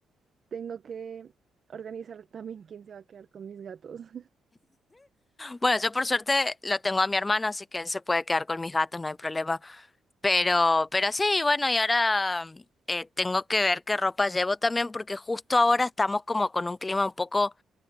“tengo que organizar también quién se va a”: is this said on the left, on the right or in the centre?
Right